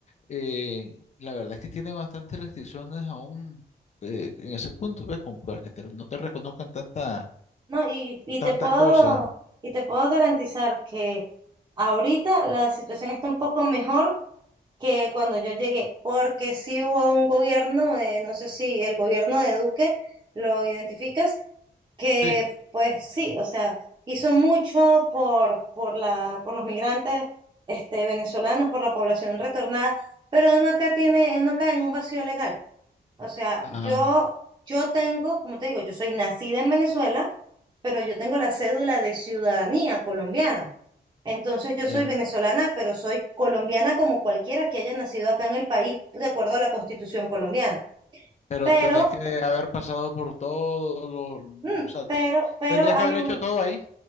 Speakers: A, on the left; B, on the right.
A: eh, la verdad es que tiene bastantes restricciones aún eh, en ese punto, ¿ves? Como para que te- no te reconozcan tanta,
B: ¿no? Y, y
A: tantas
B: te puedo,
A: cosas.
B: y te puedo garantizar que ahorita la situación está un poco mejor que cuando yo llegué, porque sí hubo un gobierno, eh, no sé si el gobierno de Duque lo identificas, que
A: Sí.
B: pues sí, o sea, hizo mucho por, por la, por los migrantes este, venezolanos, por la población retornada, pero uno acá tiene, uno cae en un vacío legal. O sea,
A: Ah,
B: yo, yo tengo, como te digo, yo soy nacida en Venezuela, pero yo tengo la cédula de ciudadanía colombiana. Entonces yo soy
A: ya.
B: venezolana, pero soy colombiana como cualquiera que haya nacido acá en el país, de acuerdo a la Constitución colombiana.
A: Pero
B: Pero,
A: tenés que haber pasado por todo lo,
B: mm,
A: o sea, te-
B: pero, pero
A: tendrías
B: hay
A: que haber hecho
B: un,
A: todo ahí.